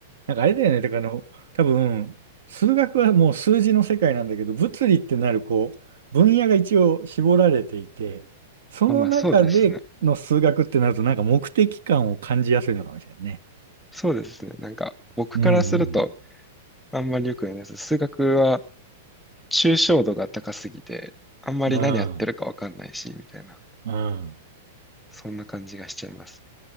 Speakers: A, on the right; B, in the centre.
A: なんかあれだよね。だからあの、多分、数学はもう数字の世界なんだけど、物理ってなるこう、分野が一応絞られていて、その中での数学ってなると、
B: まあ、まあ、そうですね。
A: なんか目的感を感じやすいのかもしれないね。
B: そうですね。なんか、僕からすると、
A: うんうん。
B: あんまり良くないです。数学は、抽象度が高すぎて、あんまり何やってるかわかんないし、
A: うん
B: みたいな、
A: うん。
B: そんな感じがしちゃいます